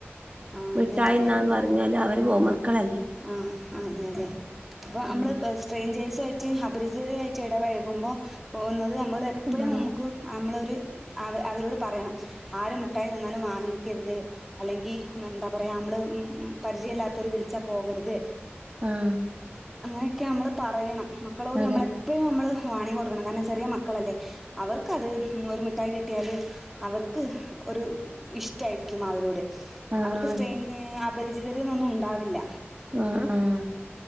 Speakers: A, in the centre; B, on the right (about 30°).
A: ആ
B: മിഠായിന്നാന്ന്
A: അതെ അതെ അപ്പൊ
B: പറഞ്ഞല് അവര് പോവും മക്കളല്ലേ
A: ആഹ് അതെ അതെ അപ്പൊ നമ്മള്
B: ഉം
A: ബസ്റ്റ് സ്ട്രേഞ്ചേഴ്സ ആയിട്ട് അപരിചിതരായിട്ട് ഇടപഴകുമ്പോൾ പോകുന്നത് നമ്മൾ എപ്പോഴും
B: ആഹ്
A: നമുക്ക് നമ്മളൊരു അവ അവരോട് പറയണം ആര് മിഠായി തന്നാലും വാങ്ങിക്കരുത് അല്ലെങ്കി എന്താ പറയാ നമ്മള് പരിചയമല്ലാത്തരു വിളിച്ചാ പോകരുത്
B: ആഹ്
A: അങ്ങനെയൊക്കെ നമ്മള് പറയണം മക്കളോട്
B: അതെ
A: നമ്മളെ ഇപ്പോഴും നമ്മൾ വാണിയം കൊടുക്കണം കാരണം ചെറിയ മക്കളല്ലേ അവർക്ക് അത് ഒരു മിഠായി കിട്ടിയാല് അവർക്ക് ഒരു ഇഷ്ടായിരിക്കും അവരോട്
B: ആഹ്
A: അവർക്ക് സ്ട്രെയിൻ
B: അതെ
A: അപരിചിതര്ന്നും ഉണ്ടാവില്ല
B: ആഹ് ആഹ്